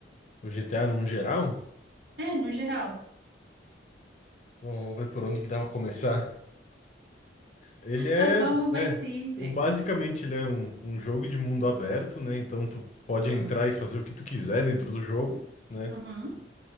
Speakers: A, on the left (about 40°); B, on the right (about 65°).
A: O GTA num geral?
B: É, no geral.
A: Vamos ver por onde que dava começar. Ele é,
B: Da forma mais
A: é,
B: simples.
A: o basicamente ele é um, um jogo de mundo aberto, né? Então tu pode
B: Hum,
A: entrar e fazer o que tu quiser dentro do jogo, né?
B: uhum,